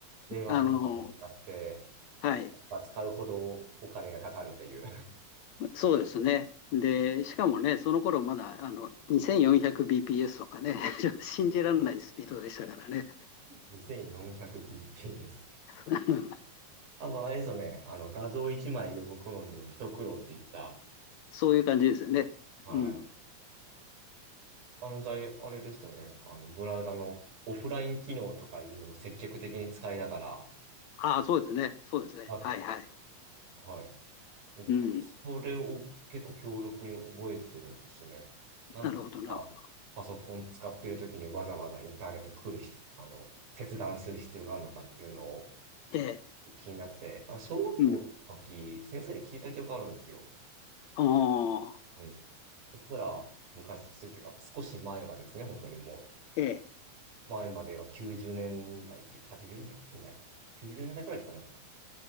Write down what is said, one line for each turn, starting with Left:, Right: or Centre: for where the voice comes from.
Right: 電話回線使って、
Left: あの、はい。
Right: まあ、使うほどお金がかかるっていう
Left: そうですね。で、しかもね、その頃まだあの 2400bps とかね、<laughs> 信じられないスピードでしたからね。
Right: 2400bp <laughs> です。
Left: <laughs>
Right: あとあれですよね、あの画像1枚読む頃にも一苦労って言った、
Left: そういう感じですよね。
Right: はい。
Left: うん。
Right: あの際、あれですよね、あのブラウザのオフライン機能とかいうのも積極的に使いながら、
Left: ああ、そうですね。そうですね。
Right: はい。
Left: はいはい。
Right: はい、僕
Left: うん。
Right: それを結構強力に覚えてるんですね。なんですか、
Left: なるほど、なるほど。
Right: パソコン使ってる時にわざわざインターネット来る必、あの、切断する必要があるのかっていうのを、
Left: ええ、
Right: 気になって、なんか小学校の時、
Left: うん。
Right: 先生に聞いた記憶あるんですよ。
Left: ああ、
Right: うん。僕ら昔っていうか、少し前はですね、本当にも
Left: ええ、
Right: う、前までは90年代、80年代、90年代、90年代くらいですかね、まだ。